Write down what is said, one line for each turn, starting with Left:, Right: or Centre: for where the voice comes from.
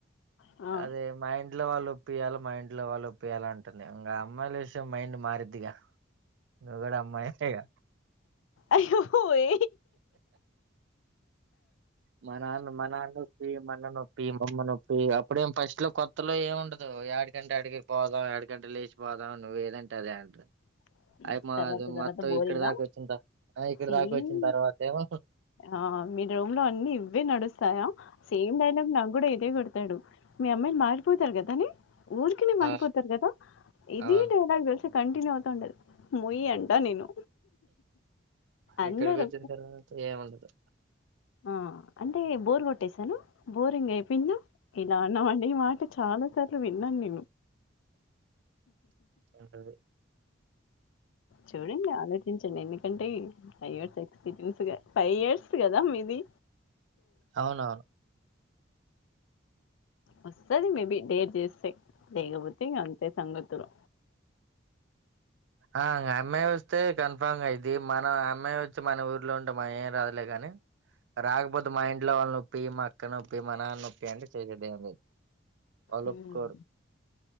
Left: ఆ,
Right: అదే మహంత ఇంట్లో వాళ్ళు ఒప్పయాలి మా ఇంట్లో వాళ్ళు ఒప్పయాల అంటుంది ఇంకా అమ్మాయిలు వే మైండ్ మారిద్దిగా నువ్వు కూడా అమ్మాయిగా
Left: అయో ఏ
Right: మా నాన్న మా నాన్న నొప్పి ఇల నొప్పి మొమ్మ నొప్పి అప్పుడేం ఫస్ట్ లో కొత్తలో ఏమి ఉండదు ఏడకంట ఆడికి పోదాం ఏడుకంట వసి పోపోదావు నువవు ఏదంట అఅంట
Left: <unintelligible>
Right: అయి మాది
Left: తర్వాత తర్వాత
Right: మొత్తం
Left: బోరింగా
Right: ఇక్కడ దాకా వచ్చిన ఇక్కడ
Left: సేమ్
Right: దాకా వచ్చిన తర్వాత ఏమో
Left: ఆ మీ రూమ్ లో అన్ని ఇవే నడుస్తాయా సేమ్ డైలాగ్ నాకు కూడా ఇదే పెడతాడు మీ అమ్మాయిలు మారిపోతారు కదానె ఊరికినే మారిపోతారు
Right: ఆ
Left: కదా ఇది
Right: అవును
Left: డైలాగ్ తెలిసి కంటిన్యూ అవుతా ఉండది ముయ్ అంటా నేను అందరు
Right: ఎక్కడికి వచ్చిన తర్వాత ఏముండదు
Left: ఆ అంటే బోర్ కొట్టేసాన బోరింగ్ అయిపొయింద ఇలా అన్న అట చాలా సార్లు విన్నాను నేను
Right: అంటది
Left: చూడండి ఆలోచించండి ఎన్ని ఎందుంటే five years experience five years కదా మీది
Right: అవునవును
Left: వస్తాది మేబి డేర్ చేస్తే లేగపోతె ఇగ అంత సంగతులు
Right: ఆ ఇంగ అమ్మాయి వస్తే కన్ఫామ్ గా అయిద్ది మన అమ్మాయి వచ్చి మన ఊర్లో ఉంటె మన ఏం రాదులే కాని రాకపోతే మా ఇంట్లో వాళ్ళు నొప్పియ్ మా అక్క నొప్పియ్ మా నాన్న నొప్పియ్ అంటే చేసేది ఏం లేదు వాళ్ళు
Left: మ్
Right: ఒప్పుకోరు